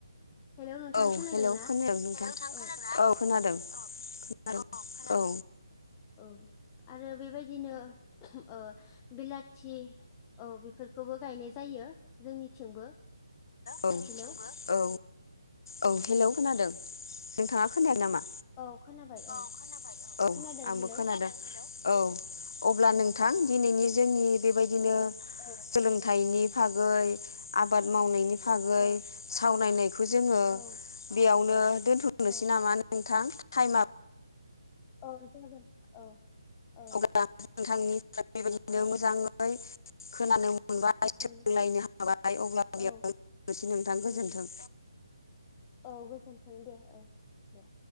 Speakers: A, on the left; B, on the left.
A: हेलौ नोंथां
B: औ
A: खोनादों
B: हेलौ
A: ना
B: खोनादों नोंथां
A: औ
B: औ खोनादों खोनादों औ
A: औ आरो बेबायदिनो ओ बिलाथि औ बेफोरखौबो गायनाय जायो जोंनिथिंबो
B: औ
A: हेलौ
B: औ औ हेलौ खोनादों नोंथाङा खोनाया नामा
A: औ खोनाबाय
B: औ खोनाबाय औ
A: खोनादों
B: आंबो
A: हेलौ
B: खोनादों औ अब्ला नोंथां
A: औ
B: दिनैनि जोंनि बेबायदिनो
A: औ
B: सोलोंथाइनि फागै आबाद मावनायनि फागै
A: औ
B: सावरायनायखौ जोङो
A: औ
B: बेयावनो दोन्थ'नोसै
A: औ
B: नामा नोंथां थाइमा
A: औ जागोन औ औ
B: अब्ला नोंथांनि बेबायदिनो
A: औ
B: मोजाङै खोनानो मोन मोनबाय
A: उम
B: सोलोंलायनो हाबाय अब्ला बेयावनोसै
A: औ
B: नोंथां
A: उम
B: गोजोन्थों
A: औ गोजोन्थों दे औ दे